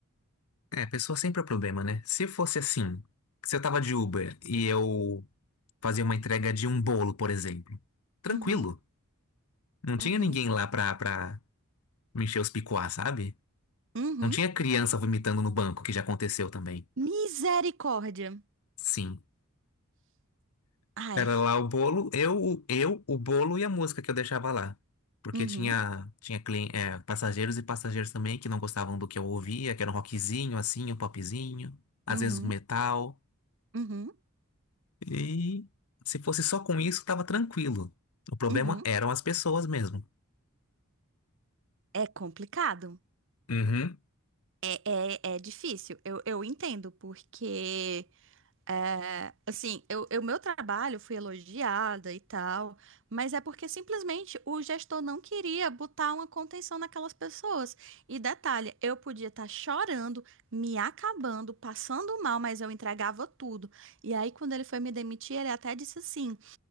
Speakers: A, on the left; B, on the right.
A: É, pessoa sempre é problema, né? Se fosse assim, se eu tava de Uber e eu fazia uma entrega de um bolo, por exemplo, tranquilo.
B: Uhum,
A: Não tinha
B: uhum,
A: ninguém lá pra, pra me encher os picuá, sabe?
B: uhum.
A: Não tinha criança vomitando no banco, que já aconteceu também.
B: Misericórdia.
A: Sim.
B: Ai,
A: Era lá o bolo, eu, o- eu, o bolo e a música que eu deixava lá. Porque
B: uhum,
A: tinha, tinha clien- é, passageiros e passageiros também que não gostavam do que eu ouvia, que era um rockzinho, assim, um popzinho, às
B: uhum,
A: vezes um metal.
B: uhum,
A: E se fosse só com isso, tava tranquilo. O problema
B: uhum.
A: eram as pessoas mesmo.
B: É complicado.
A: Uhum,
B: É, é, é difícil. Eu, eu entendo, porque É, assim, eu, eu- meu trabalho fui elogiada e tal, mas é porque simplesmente o gestor não queria botar uma contenção naquelas pessoas. E detalhe, eu podia estar chorando, me acabando, passando mal, mas eu entregava tudo. E aí, quando ele foi me demitir, ele até disse assim.